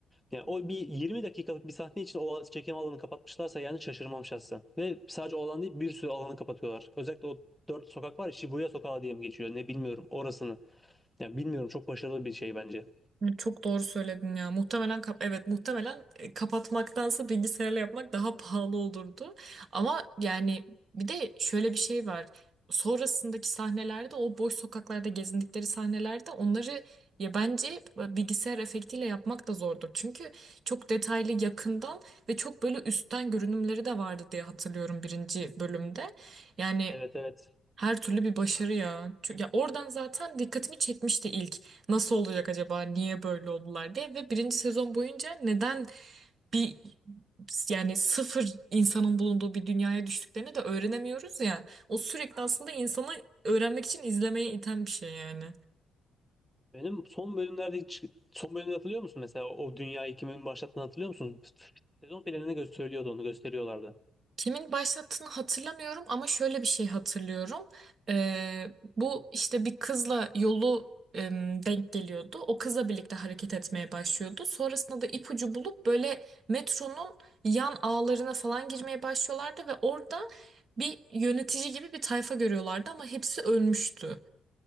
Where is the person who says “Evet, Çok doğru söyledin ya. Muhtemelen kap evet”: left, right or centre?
Right